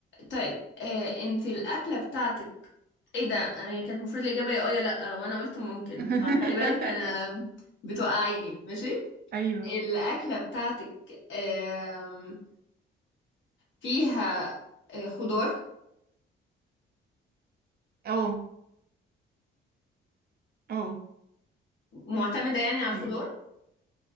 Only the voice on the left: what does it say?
طيب آه، انت الاكله بتاعتك ايه ده انا كانت المفروض الاجابه يا اه يا لا آه، وانا قلت ممكن
فخلي بالك انا بتوقعيني ماشي
الاكله بتاعتك آم، فيها آه، خضار
معتمده يعني على الخضار